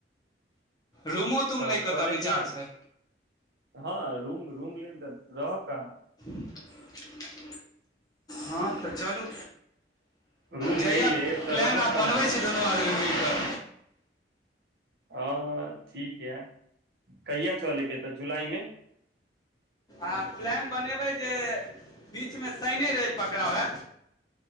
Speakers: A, on the left (about 20°); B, on the right (about 65°).
A: रूमो तूम
B: तऽ
A: लैके
B: चले
A: ओतऽ विचार
B: की ह
A: छै
B: हँ रूम रूम ले त रहब कहाँ
A: <unintelligible> हँ तऽ चलू
B: रूम
A: जहिया
B: नहि लेब तऽ
A: प्लान
B: रहब
A: आब
B: कहाँ
A: बनबै
B: हुआं
A: छी दुनू आदमी मिलि कऽ
B: ह ठीक यऽ काहिय चलैके तऽ जुलाई मे
A: आ प्लान बनेबै जे बीचमे साइनो रवि पकड़ाबए।